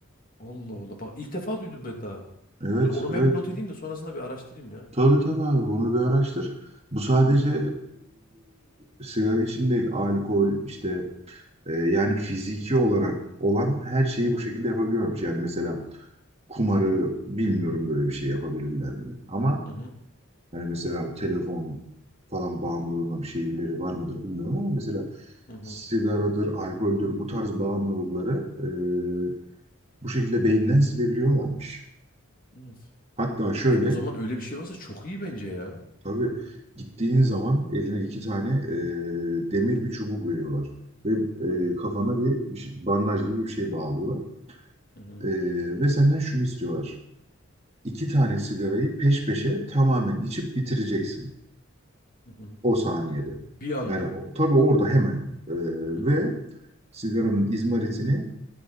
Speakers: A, on the left; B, on the right.
A: Allah Allah. Bak ilk defa duydum ben daha.
B: Evet,
A: Dur onu
B: evet.
A: ben bir not edeyim de sonrasında bir araştırayım ya.
B: Tabii tabii abi bunu bir araştır. Bu sadece
A: Hı hı.
B: e, sigara için değil, alkol işte e, yani fiziki olarak olan her şeyi
A: Hı hı.
B: bu şekilde yapabiliyormuş. Yani mesela kumarı bilmiyorum böyle bir şey yapabilirler mi? Ama
A: Hı hı.
B: hani mesela telefon falan bağımlılığına bir şeyleri var mıdır bilmiyorum ama mesela
A: Hı hı.
B: sigaradır, alkoldür bu tarz bağımlılıkları e, bu şekilde beyinden silebiliyorlarmış.
A: Evet.
B: Hatta şöyle
A: Ya o zaman öyle bir şey varsa çok iyi bence ya.
B: Tabii gittiğin zaman eline iki tane e, demir bir çubuk veriyorlar. Ve
A: Hı hı.
B: e, kafana bir, bir şey- bandaj gibi bir şey bağlıyorlar.
A: Hı hı.
B: E, ve senden şunu istiyorlar. İki tane sigarayı peş peşe tamamen içip bitireceksin.
A: Hı hı.
B: O saniyede.
A: Bir anda.
B: Yani o- tabii orada hemen. e,
A: Hı hı.
B: ve sigaranın izmaritini